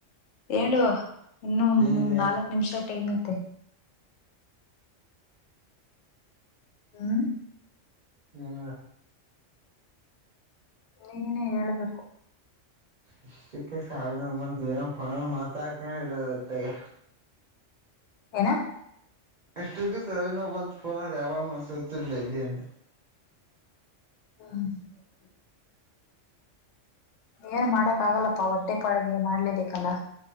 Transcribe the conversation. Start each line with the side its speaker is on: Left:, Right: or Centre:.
Left: ಏ ಏಳು ಇನ್ನು
Right: ಏನಿಲ್ಲ ಹೇಳು
Left: ನಾಲ್ಕ್ ನಿಮಿಷ ಟೈಮ್ ಐತೆ. ಹ್ಮ್
Right: ಇ <inaudible>
Left: ನೀನೇ ಹೇಳ್ಬೇಕು.
Right: ಇಷ್ಟಕ್ಕೆ ಸ <inaudible> ಬಂದ ಜೇವ ಪ ಮಾತಾಡ್ಕೊಂಡ ಇರದ ಹೊತ್ತಗ <inaudible>
Left: ಏನ <inaudible>
Right: ಎಷ್ಟಕ್ಕ ತಲೆ ನೋವು ಬಂದುಫೋನ್ ಯಾವ <inaudible> ಮನಸತಿಲ್ಲ ಇಲ್ಲಿ ಅ <inaudible>
Left: ಹ್ಮ <inaudible> ಏನ್ ಮಾಡಕ್ ಆಗಲ್ಲಪ್ಪ ಹೊಟ್ಟೆ ಪಾಡಿಗೆ ಮಾಡ್ಲೆಬೇಕಲ್ಲ.